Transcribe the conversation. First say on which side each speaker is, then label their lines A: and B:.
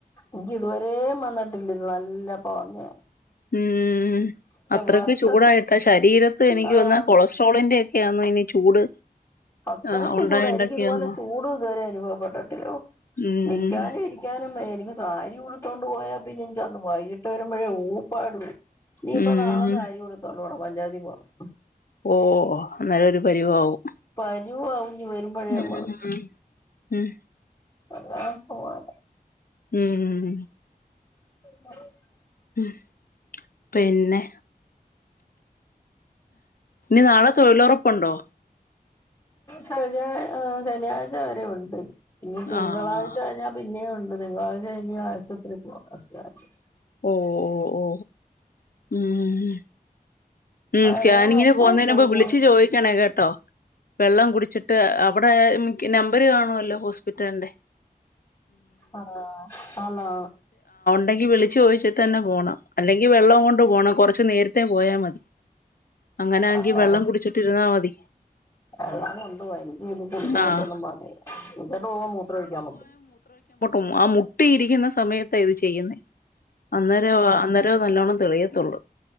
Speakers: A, on the left (about 25°); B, on the left (about 70°).
A: എനിക്കിതുവരേം വന്നിട്ടില്ല ഇത് നല്ലപ്പവന്നെയാ
B: ഊം അത്രയ്ക്ക്
A: വർഷത്തെ
B: ചൂടായിട്ടാ ശരീരത്ത് എനിക്ക്
A: ആഹ്
B: തോന്ന കൊളസ്ട്രോളിന്റെ ഒക്കെയന്നാ ഇനി ചൂട്
A: അത്രയ്ക്ക്
B: ആഹ് ഉണ്ടായിണ്ടൊക്കെയാന്നോ
A: ചൂടാ എനിക്കിതുപോലെ ചൂട് ഇതുവരെ അനുഭവപ്പെട്ടിട്ടില്ലാ ഓ
B: ഉം
A: നിക്കാനും ഇരിക്കാനും വയ്യ ഇന്ന് സാരി ഉടുത്തോണ്ട് പോയാ പിന്നെ എനിക്ക് അന്ന് വൈകീട്ട് വരുമ്പഴേ ഊപ്പാടു ഇനീപ്പം
B: ഉം
A: നാളെ സാരി ഉടുത്തോണ്ട് പോണം. പഞ്ചാതി പോണം
B: ഓ നല്ലൊരു പരിവാകും.
A: പരുവാവും ഇനി വരുമ്പഴേമ്മള്
B: ഉം ഉം
A: അതവാ പോവാം
B: ഊം
A: <inaudible>
B: ഉം പിന്നെ ഇനി നാളെ തൊഴിലൊറപ്പുണ്ടോ
A: ശനിയാഴ് ആ ശനിയാഴ്ച വരെ ഉണ്ടിനി ഇനി തിങ്കളാഴ്ച
B: ആഹ്
A: കഴിഞ്ഞാൽ പിന്നേം ഉണ്ട് തിങ്കാളാഴ്ച ഇനി ആശുപത്രി പോണം <unintelligible>
B: ഓ ഓ ഓ ഒ ഊം ഉം
A: അതെങ്ങനാ
B: സ്കാനിങ്ങിന്
A: സ്കാൻ
B: പോകുന്നേനുമുൻപ്
A: ചെയ്യുന്നേ
B: വിളിച്ചു ചോദിക്കണെ കെ ട്ടോ വെള്ളം കുടിച്ചിട്ട് അവിടെ നമ്പര് കാണുവല്ലോ ഹോസ്പിറ്റലിൻ്റെ
A: ആഹ് ആണോ
B: ണ്ടെങ്കി വിളിച്ചു ചോയിച്ചിട്ടന്നെ പോണം അല്ലെങ്കി വെള്ളം കൊണ്ട് പോണം കൊറച്ചു നേരത്തെ പോയാ മതി അങ്ങനെ ആങ്കി
A: ആ <unintelligible>
B: വെള്ളം കുടിച്ചിട്ടിരുന്നാ മതി
A: വെള്ളം കൊണ്ട് പോ എനിക്ക് കുടിക്കുമ്പോന്നും
B: ആഹ്
A: പോകാവയ്യ കുടിച്ചിട്ട് പോകുമ്പോ മൂത്രം ഒഴിക്കാൻ മുട്ടും
B: ഉം അ മുട്ടി ഇരിക്കുന്ന സമയത്ത ഇത് ചെയ്യുന്നേ അന്നേരോ- അന്നേരോ നല്ലോണം തെളിയത്തുള്ളൂ